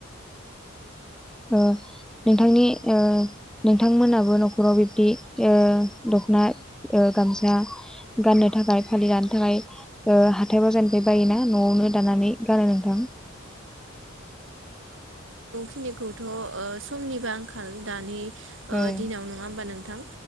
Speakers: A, in the centre; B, on the right (about 65°).
A: ओ नोंथांनि ओ नोंथांमोनाबो न'खराव बिब्दि ओ दखना ओ गामसा गाननो थाखाय फालि लानो थाखाय हाथाय बाजारनिफ्राय बायोना न'आवनो दानानै गानो नोंथां
B: खिनिखौथ' ओ समनिबो आंखाल दानि ओ
A: औ
B: दिनाव नङा होमबा नों थां